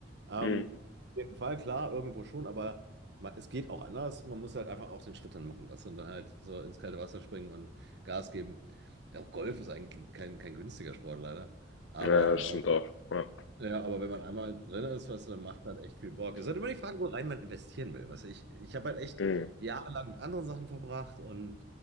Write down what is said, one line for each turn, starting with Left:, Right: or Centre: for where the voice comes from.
Right: Ähm,
Left: Mhm.
Right: auf jeden Fall, klar, irgendwo schon, aber ma- es geht auch anders. Man muss halt einfach auch den Schritt dann machen, weißt du, und dann halt so ins kalte Wasser springen und Gas geben. Ja, Auch Golf ist eigentlich kein, kein günstiger Sport, leider. Aber,
Left: Ja, das stimmt auch. Ja.
Right: äh, ja, aber wenn man einmal drin ist, weißt du, dann macht halt echt viel Bock. Es ist halt immer die Frage, wo rein man investieren will. Weißt du, ich, ich habe halt echt
Left: Mhm.
Right: jahrelang mit anderen Sachen verbracht und